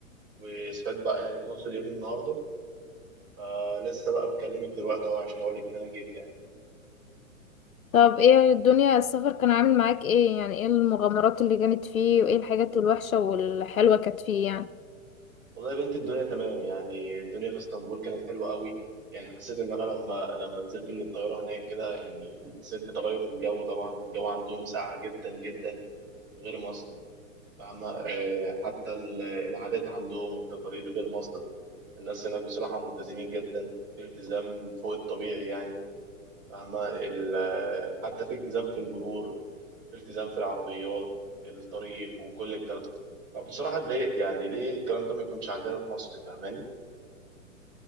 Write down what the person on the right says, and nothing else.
وصحيت بقى يعني في نص اليوم النهارده فلسه بقى مكلمك دلوقتي اهو عشان اقول لك ان انا جيت يعني
والله يا بنتي الدنيا تمام يعني الدنيا في اسطنبول كانت حلوة قوي يعني حسيت ان انا لما لما نزلت من الطيارة هناك كده يعني حسيت بتغير في الجو طبعا الجو عندهم ساقع جدا جدا غير مصر فاهمة آه، حتى ال- العادات عندهم والتقاليد غير مصر الناس هناك بصراحة ملتزمين جدا في التزام فوق الطبيعي يعني فاهمة ال- آه، حتى في التزام في المرور في التزام في العربيات الطريق وكل الكلام فبصراحة اتضايقت يعني ليه الكلام ده ما يكونش عندنا في مصر فاهماني